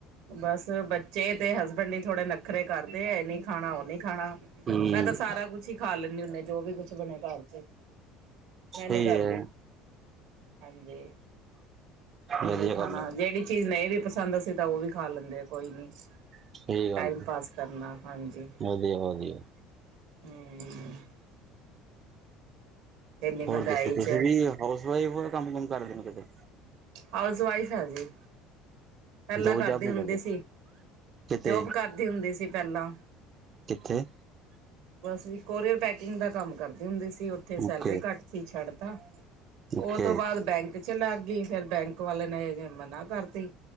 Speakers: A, on the right; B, on the right.
A: ਬਸ ਬੱਚੇ ਤੇ ਹਸਬੈਂਡ ਈ ਥੋੜੇ ਨਖਰੇ ਕਰਦੇ ਐ ਨਈ ਖਾਣਾ ਉਹਨੀ ਖਾਣਾ,
B: ਹੂੰ
A: ਮੈਂ ਤਾਂ ਸਾਰਾ ਕੁਛ ਈ ਖਾ ਲੈਂਨੀ ਹੁੰਨੇ ਆ ਜੋ ਵੀ ਕੁਛ ਬਣੇ ਘਰ ਚ। ਮੈਂ
B: ਸਹੀ
A: ਨੀ ਕਰਦੀ।
B: ਹੈ
A: ਹਾਂਜੀ, ਇਹ
B: ਵਧੀਆ
A: ਨ੍ਹੀ ਖਾਣਾ
B: ਗੱਲ ਹੈ
A: ਜਿਹੜੀ ਚੀਜ਼ ਨਈਂ ਵੀ ਪਸੰਦ ਅਸੀਂ ਤਾਂ ਉਹ ਵੀ ਖਾ ਲੈਂਦੇ ਆ ਕੋਈ ਨੀ,
B: ਸਹੀ ਗੱਲ
A: ਟਾਈਮ
B: ਹੈ,
A: ਪਾਸ ਕਰਨਾ, ਹਾਂਜੀ।
B: ਵਧੀਆ ਵਧੀਆ
A: ਹਂ। ਇੰਨੀ ਮਹਿੰਗਾਈ
B: ਹੋਰ ਦੱਸੋ,
A: ਚ
B: ਤੁਸੀਂ ਵੀ ਹਾਊਸ ਵਾਈਫ ਓ ਜਾਂ ਕੰਮ-ਕੁੰਮ ਕਰਦੇ ਨੇ ਕਿਤੇ।
A: ਹਾਊਸ ਵਾਈਫ ਆਂ ਜੀ। ਪਹਿਲਾਂ
B: ਜੋਬ
A: ਕਰਦੀ
B: ਜਾਬ ਨੀ
A: ਹੁੰਦੀ
B: ਕਰਦੇ
A: ਸੀ,
B: ਕਿਤੇ
A: ਜੋਬ ਕਰਦੀ ਹੁੰਦੀ ਸੀ ਪਹਿਲਾਂ।
B: ਕਿੱਥੇ?
A: ਬਸ ਜੀ, ਕੋਰੀਅਰ ਪੈਕਿੰਗ ਦਾ ਕੰਮ ਕਰਦੀ ਹੁੰਦੀ ਸੀ। ਉੱਥੇ ਸੈਲਰੀ
B: ਓਕੇ
A: ਘੱਟ ਸੀ ਛੱਡ ਤਾ, ਉਹ
B: ਓਕੇ
A: ਤੋਂ ਬਾਅਦ ਬੈਂਕ ਵਿਚ ਲਗ ਗਈ, ਫੇਰ ਬੈਂਕ ਵਾਲੇ ਨੇ ਮਨਾ ਕਰਤੀ